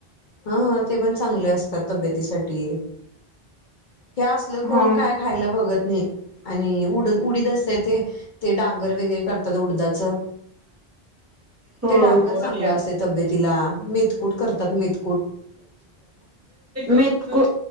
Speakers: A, on the left; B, on the right.
A: ह, ते पण चांगले असतात. तब्येतीसाठी. हे असलं कोण
B: हा
A: काय खायला बघत नाही. आणि उड उडीद असत ते. ते डांगर वगैरे करतात उडदाचं.
B: होय.
A: ते डांगर चांगलं असते तब्येतीला मेतकूट करतात. मेत
B: मेतकु